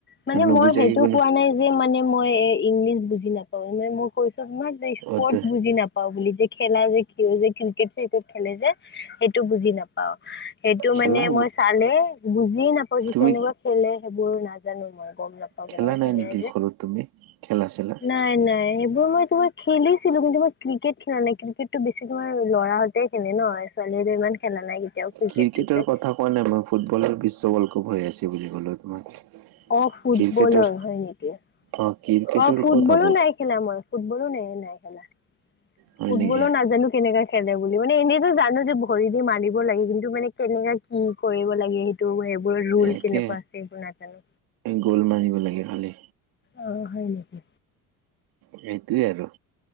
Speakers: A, on the left; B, on the right.
A: মানে
B: নুবুজাকে
A: মই সেইটো
B: কোনো
A: কোৱা নাই যে মানে মই ইংলিছ বুজি নাপাওঁ। মানে মই কৈছো মানে যে স্পৰ্ট
B: অ ত
A: বুজি নাপাওঁ বুলি যে। খেলা যে কি যে ক্ৰিকেট চ্ৰিকেট খেলে যে সেইটো বুজি নাপাওঁ। সেইটো
B: খেলা
A: মানে মই চালে বুজিয়েই নাপাওঁ। যে
B: তুমি
A: কেনেকুৱা? খেলে নাজানো মই।
B: খেলা নাই নেকি ঘৰত তুমি খেলা চেলা?
A: নাই নাই সেইবোৰ মই তোমাৰ খেলি খেলি ছিলো কিন্তু মই ক্ৰিকেট খেলা নাই, ক্ৰিকেটটো বেছি তোমাৰ ল'ৰা হতে খেলে ন ছোৱালীহতে ইমান খেলা নাই। কেতিয়াও ক্ৰিকেট
B: ক্ৰিকেটৰ
A: চিকেট
B: কথা কোৱা নাই মই ফুটবল আৰু বিশ্ব ৱৰ্ল্ড কপ হৈ আছে বুলি কলো তোমাক।
A: অ' ফুটবলৰ
B: ক্ৰিকেটৰ
A: হয় নেকি?
B: অ ক্ৰিকেটৰ
A: অ' ফুটবলো
B: ক'ত হ'ব
A: নাই খেলা মই ফুটবলো নাই নাই খেলা।
B: হয়
A: ফুটবলো
B: নেকি?
A: নাজানো কেনেকা খেলে বুলি মানে এনেইতো জানো যে ভৰি দি মাৰি দিব লাগে কিন্তু মানে কেনেকা কি কৰিব লাগে সেইটো। বোৰ ৰোল
B: একে
A: কেনেকুৱা আছে এইবোৰ নাজানো।
B: গ'ল মাৰিব লাগে খালি।
A: অ' হয় নেকি?
B: সেইটোৱে আৰু।